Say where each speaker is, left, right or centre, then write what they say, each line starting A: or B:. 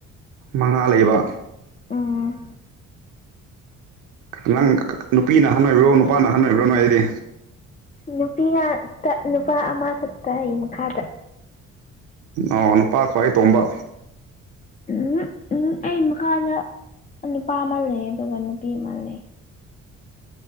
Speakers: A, on the right; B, on the left.
A: ꯃꯉꯥ ꯂꯩꯕ
B: ꯎꯝ
A: ꯅꯪ ꯅꯨꯄꯤꯅ ꯑꯍꯟꯅ ꯑꯣꯏꯕ꯭ꯔꯣ ꯅꯨꯄꯥꯅ ꯑꯍꯟꯅ ꯑꯣꯏꯕ꯭ꯔꯣ ꯅꯣꯏ ꯑꯩꯗꯤ
B: ꯅꯨꯄꯤ ꯉꯥꯛꯇ ꯅꯨꯄꯥ ꯑꯃꯈꯛꯇ ꯑꯩ ꯃꯈꯥꯗ
A: ꯑꯧ ꯅꯨꯄꯥ ꯈ꯭ꯋꯥꯏ ꯇꯣꯝꯕ
B: ꯎꯝ ꯎꯝ ꯑꯩ ꯃꯈꯥꯗ ꯅꯨꯄꯥ ꯑꯃ ꯂꯩ ꯑꯗꯨꯒ ꯅꯨꯄꯤ ꯑꯃ ꯂꯩ